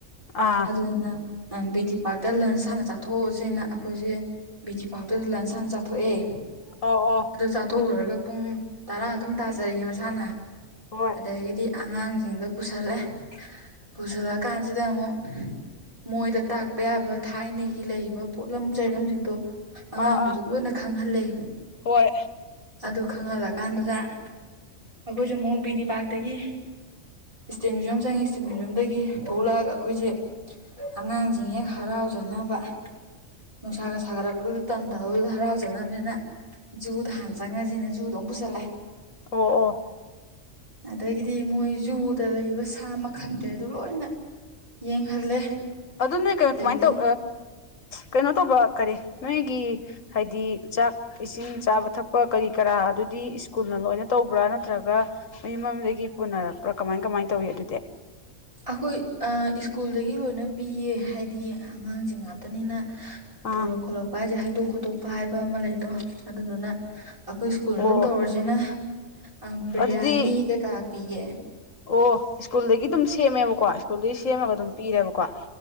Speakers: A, on the left; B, on the right.
A: ꯑꯥ
B: ꯑꯗꯨꯗꯨꯅ ꯕꯤ ꯇꯤ ꯄꯥꯔꯛꯇ ꯂꯟꯁ ꯍꯥꯟꯅ ꯆꯥꯊꯣꯛꯑꯁꯤꯅ ꯑꯩꯈꯣꯏꯁꯦ ꯕꯤꯇꯤ ꯄꯥꯛꯇꯨꯗ ꯂꯟꯁ ꯍꯥꯟꯅ ꯆꯥꯊꯣꯛꯑꯦ
A: ꯑꯣ ꯑꯣ
B: ꯑꯗꯨ ꯆꯥꯊꯣꯛꯂꯣꯏꯔꯒ ꯄꯨꯡ ꯇꯔꯥ ꯑꯗꯨꯝ ꯇꯥꯖꯔꯛꯏ ꯃꯁꯥꯅ
A: ꯍꯣꯏ
B: ꯑꯗꯒꯤꯗꯤ ꯑꯉꯥꯡꯖꯤꯡꯗꯣ ꯄꯨꯁꯜꯂꯦ ꯄꯨꯁꯜꯂꯛꯀꯥꯟꯁꯤꯗ ꯑꯃꯨꯛ ꯃꯣꯏꯗ ꯇꯥꯛꯄ ꯌꯥꯕ ꯊꯥꯏꯅꯒꯤ ꯂꯩꯔꯤꯕ ꯄꯣꯠꯂꯝ ꯆꯩꯔꯝꯁꯤꯡꯗꯣ ꯑꯉꯥꯡꯒꯩꯗꯣ
A: ꯑꯥ ꯑꯥ
B: ꯂꯣꯏꯅ ꯈꯪꯍꯜꯂꯦ
A: ꯍꯣꯏ
B: ꯑꯗꯨ ꯈꯪꯍꯜꯂ ꯀꯥꯟꯗꯨꯗ ꯑꯩꯈꯣꯏꯁꯨ ꯑꯃꯧꯛ ꯕꯤꯗꯤ ꯄꯥꯛꯇꯒꯤ ꯏꯁꯇꯦꯠ ꯃ꯭ꯌꯨꯖꯌꯝ ꯆꯪꯉꯦ ꯏꯁꯇꯦꯠ ꯃ꯭ꯌꯨ꯭ꯌꯝꯗꯒꯤ ꯊꯣꯛꯂꯛꯑꯒ ꯑꯩꯈꯣꯏꯁꯦ ꯑꯉꯥꯡꯁꯤꯡ ꯍꯦꯛ ꯍꯔꯥꯎꯖꯅꯕ ꯅꯨꯡꯁꯥꯒ ꯁꯥꯒꯠꯔꯛꯄꯗꯨꯗ ꯇꯟꯗꯗꯅꯗ ꯍꯔꯥꯎꯖꯅꯕꯅꯤꯅ ꯖꯨꯗ ꯍꯥꯟꯅ ꯆꯪꯉꯁꯤꯅꯦ ꯖꯨꯝ ꯗ ꯑꯃꯨꯛ ꯄꯨꯁꯜꯂꯦ
A: ꯑꯣ ꯑꯣ
B: ꯑꯗꯒꯤꯗꯤ ꯃꯣꯏ ꯖꯨꯗ ꯗ ꯂꯩꯕ ꯁꯥ ꯃꯈꯥꯜ ꯈꯩꯗꯣ ꯂꯣꯏꯅꯥ ꯌꯦꯡꯍꯜꯂꯦ
A: ꯑꯗꯨ ꯅꯣꯏ ꯀꯩꯅꯣ
B: ꯑꯗꯩꯗꯤ
A: ꯀꯃꯥꯏꯅ ꯇꯧ ꯀꯩꯅꯣ ꯇꯧꯕ ꯀꯔꯤ ꯅꯣꯏꯒꯤ ꯍꯥꯏꯗꯤ ꯆꯥꯛ ꯏꯁꯤꯡ ꯆꯥꯕ ꯊꯛꯄ ꯀꯔꯤ ꯀꯔꯥ ꯑꯗꯨꯗꯤ ꯁ꯭ꯀꯨꯜꯅ ꯂꯣꯏꯅ ꯇꯧꯕꯔ ꯅꯠꯇ꯭ꯔꯒ ꯃꯌꯨꯝ ꯃꯌꯨꯝꯗꯒꯤ ꯄꯨꯅꯔꯛꯄ꯭ꯔꯥ ꯀꯃꯥꯏ ꯀꯃꯥꯏꯅ ꯇꯧꯏꯤ ꯑꯗꯨꯗꯤ
B: ꯑꯩꯈꯣꯏ ꯑ ꯁ꯭ꯀꯨꯜꯗꯒꯤ ꯂꯣꯏꯅ ꯄꯤꯌꯦ ꯍꯥꯏꯗꯤ ꯑꯉꯥꯡꯁꯤꯡ ꯉꯥꯛ ꯅꯤꯅ ꯄꯨꯔꯛ
A: ꯑꯥ
B: ꯈꯣꯠꯂꯛꯄ ꯍꯥꯏꯁꯦ ꯍꯩꯗꯣꯛ ꯈꯣꯠꯇꯣꯛꯄ ꯍꯥꯏꯕ ꯑꯃ ꯂꯩꯗꯣ ꯑꯗꯨꯗꯨꯅ ꯑꯩꯈꯣꯏ ꯁ꯭ꯀꯨꯜꯅ
A: ꯑꯣ
B: ꯑꯗꯨꯝ ꯇꯧꯔꯁꯤꯅ ꯑ ꯕꯤꯔꯌꯥꯅꯤ
A: ꯑꯗꯨꯗꯤ
B: ꯀꯩꯀꯥ ꯄꯤꯌꯦ
A: ꯑꯣ ꯁ꯭ꯀꯨꯜꯗꯒꯤ ꯑꯗꯨꯝ ꯁꯦꯝꯃꯦꯕꯀꯣ ꯁ꯭ꯀꯨꯜꯗꯒꯤ ꯁꯦꯝꯃꯒ ꯑꯗꯨꯝ ꯄꯤꯔꯦꯕꯀꯣ